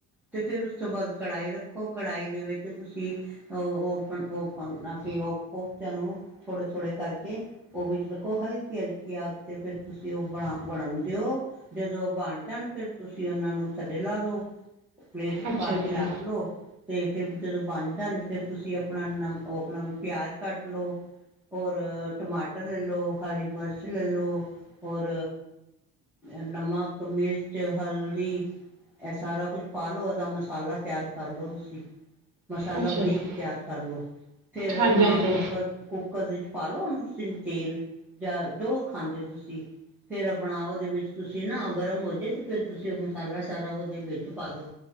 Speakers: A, in the centre; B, on the right (about 50°).
A: ਤੇ ਫੇਰ ਉਸ ਤੋਂ ਬਾਦ ਕੜਾਈ ਰੱਖੋ ਕੜਾਈ ਦੇ ਵਿੱਚ ਤੁਸੀਂ ਓ, ਓ ਆਪ ਓ ਕਿ ਓ ਕੋਫਤੇਆਂ ਨੂੰ ਥੋੜੇ ਥੋੜੇ ਕਰਕੇ ਓ ਵਿੱਚ ਰੱਖੋ, ਹਲਕੀ-ਹਲਕੀ ਅੱਗ ਤੇ ਫਿਰ ਤੁਸੀਂ ਓ ਬਣਾ ਬਣਨ ਦਿਓ। ਜਦੋਂ ਬਣ ਜਾਣ ਫਿਰ ਤੁਸੀਂ ਓਨਾਂ ਨੂੰ ਥੱਲੇ ਲਾ ਦੋ। ਪਲੇਟ 'ਚ
B: ਅੱਛਾ
A: ਪਾ
B: ਜੀ
A: ਕੇ ਰੱਖ ਲੋ। ਤੇ ਫਿਰ ਜਦੋਂ ਬਣ ਜਾਣ ਫਿਰ ਤੁਸੀਂ ਆਪਣਾ ਨਮ ਓ ਅਪਣਾ ਪਿਆਜ਼ ਕੱਟ ਲੋ। ਹੋਰ ਟਮਾਟਰ ਲੈ ਲੋ, ਹਰੀ ਮਰਚ ਲੈ ਲੋ। ਹੋਰ ਨਮਕ, ਮਿਰਚ, ਹਲਦੀ ਐ ਸਾਰਾ ਕੁੱਛ ਪਾ ਲੋ ਐਦਾ ਮਸਾਲਾ ਤਿਆਰ ਕਰ ਲੋ ਤੁਸੀਂ। ਮਸਾਲਾ
B: ਅੱਛਾ
A: ਬਰੀਕ
B: ਜੀ
A: ਤਿਆਰ ਕਰ ਲੋ, ਫਿਰ
B: ਹਾਂਜੀ
A: ਆਪਣਾ
B: ਹਾਂਜੀ
A: ਕੁੱਕਰ
B: ਅੱਛਾ
A: ਕੁ ਕੁੱਕਰ ਦੇ 'ਚ ਪਾ ਲੋ ਤੁਸੀਂ ਤੇਲ ਜਾਂ ਜੋ ਖਾਂਦੇ ਤੁਸੀਂ। ਫੇਰ ਆਪਣਾ ਓਦੇ ਵਿੱਚ ਤੁਸੀਂ ਨਾ ਓ ਗਰਮ ਹੋ ਜੇ ਤੇ ਫਿਰ ਤੁਸੀਂ ਓ ਮਸਾਲਾ ਸਾਰਾ ਓਦੇ ਵਿੱਚ ਪਾ ਦੋ।